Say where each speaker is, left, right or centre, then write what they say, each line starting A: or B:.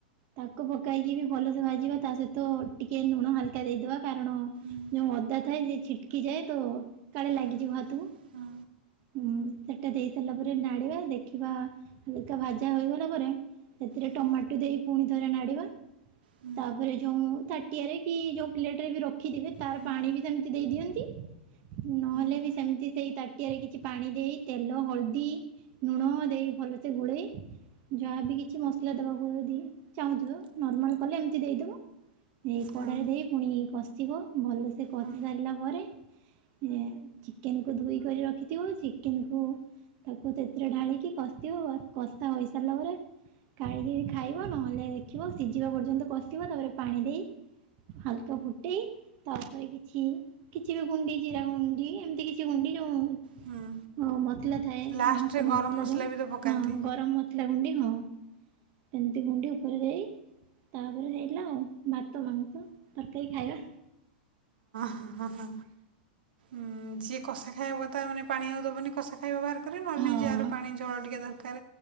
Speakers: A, on the right (about 30°); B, on the right (about 80°).
A: ତାକୁ ପକାଇକି ବି ଭଲସେ ଭାଜିବା ତା ସହିତ ଟିକେ ଲୁଣ ହାଲକା ଦେଇଦବା କାରଣ
B: ହୁଁ
A: ଯୋଉ ଅଦା ଥାଏ ସେ ଛିଟକି ଯାଏ ତ କାଳେ
B: ହଁ
A: ଲାଗିଯିବ ହାତକୁ।
B: ହଁ ହଁ
A: ହୁଁ ସେଟା ଦେଇସାରିଲାପରେ ନାଡିବା ଦେଖିବା ହାଲକା ଭାଜା ହେଇଗଲା ପରେ ସେଥିରେ
B: ହୁଁ
A: ଟମାଟୋ ଦେଇ ପୁଣି ଥରେ ନାଡିବା
B: ହୁଁ
A: ତାପରେ ଯୋଉ ତା ଟିଏରେ କି ଯୋଉ ପ୍ଲେଟ ରେ ବି ରଖିଥିବ ତାର
B: ହଁ
A: ପାଣି ବି ସେମିତି ଦେଇ ଦିଅନ୍ତି। ନହେଲେ
B: ହୁଁ
A: ବି ସେମିତି ସେଇ ତାଟିଆରେ କିଛି କିଛି ପାଣି ଦେଇ ତେଲ ହଳଦୀ ଲୁଣ ଦେଇ ଭଲସେ ଗୋଳେଇ ଯାହାବି କିଛି ମସଲା ଦେବାକୁ ଯଦି ଚାହୁଁଥିବ, ନର୍ମାଲ କଲେ ଏମିତି ଦେଇଦବ। ଏଇ କଡ଼ାରେ
B: ହଁ
A: ଦେଇ ପୁଣି କଷିବ। ଭଲସେ କଷି
B: ହଁ ହୁଁ
A: ସାରିଲା ପରେ ଏ ଚିକେନ କୁ ଧୋଇ କରି ରଖ ରଖିଥିବ, ଚିକେନକୁୁ ତାକୁ ସେଥିରେ ଢାଳିକି କଷିବ, କଷା ହୋଇସାରିଲା ପରେ କାଢ଼ି କିରି ଖାଇବ ନହେଲେ ଦେଖିବ ସିଝିବା ପର୍ଯ୍ୟନ୍ତ କଷିବ, ତାପରେ ପାଣି ଦେଇ, ହାଲକା ଫୁଟେଇ ତାପରେ କିଛି କିଛି ବି ଗୁଣ୍ଡି ଜିରା ଗୁଣ୍ଡି ଏମିତି କିଛି ଗୁଣ୍ଡି ଯୋଉ
B: ହୁଁ
A: ହଁ ମସଲା ଥାଏ
B: ଲାଷ୍ଟରେ
A: ମାଂସ ମସଲା
B: ଗରମ
A: ଯୋଉ
B: ବି ତ ପକାନ୍ତି
A: ହଁ ଗରମ ମସଲା ଗୁଣ୍ଡି ହଁ। ସେମିତି ଗୁଣ୍ଡି ଉପରେ ଦେଇ ତାପରେ ହେଇଲା ଆଉ ଭାତ ମାଂସ ତରକାରୀ ଖାଇବା।
B: ହ ହ ଉଁ ଯିଏ କଷା ଖାଇବ ତା ମାନେ ପାଣି ଆଉ ଦେବନି କଷା ଖ ଖାଇବ ବାହର କରି ନହେଲେ
A: ହଁ
B: ଯାହାର ପାଣି ଝୋଳ ଟିକେ ଦରକାର,